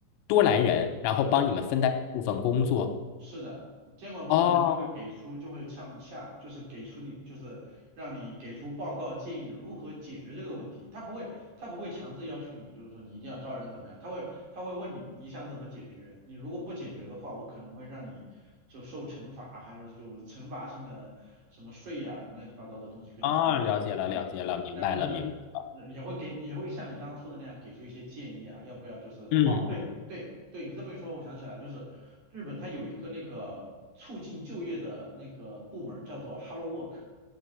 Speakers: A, on the left (about 85°); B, on the right (about 45°).
A: 多来人，然后帮你们分担部分工作。
B: 是的。是的，监管部门呢就会给出，
A: 哦，
B: 就会向下，就是给出你，就是让你给出报告建议如何解决这个问题。他不会，他不会强制要求你，就是说你一定要招人怎么样，他会他会问你你想怎么解决，你如果不解决的话，我可能会让你就受惩罚，还是就惩罚性的什么税呀、什么乱七八糟的东西，肯定肯定给你顶上来。
A: 啊，了解了，了解了，明白了，
B: 但是呢，
A: 明白
B: 也会给也会像你刚刚说的那样给出一些建议啊，要不要就是哦，
A: 嗯，
B: 对对对，
A: 嗯
B: 你这么一说，我想起来了，就是。日本它有一个那个促进就业的那个部门儿叫做 Hello Work，Hello